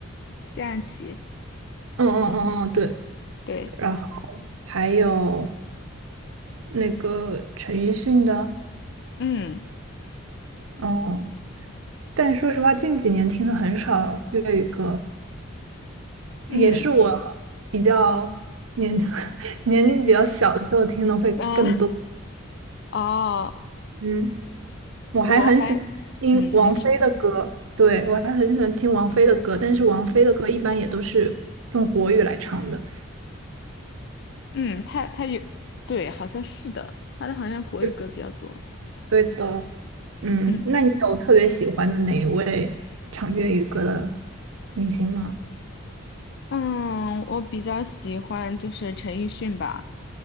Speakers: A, on the left; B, on the right.
A: 谢安琪，
B: 嗯嗯嗯嗯，对，
A: 对，
B: 然后还有那个陈奕迅的，
A: 嗯
B: 嗯，但说实话，近几年听的很少粤语歌，
A: 嗯，
B: 也是我比较年 <laughs> 年龄比较小的时候听的会更多，
A: 啊、哦，
B: 嗯。我还很喜欢听王菲的歌，
A: 我还嗯，那首，
B: 对，我还很喜欢听王菲的歌，但是王菲的歌一般也都是用国语来唱的。
A: 嗯，他他有，对，好像是的，他的好像国语歌比较多。
B: 是对的，嗯，
A: 嗯
B: 那你有特别喜欢的哪一位唱粤语歌的明星吗？
A: 嗯，我比较喜欢就是陈奕迅吧，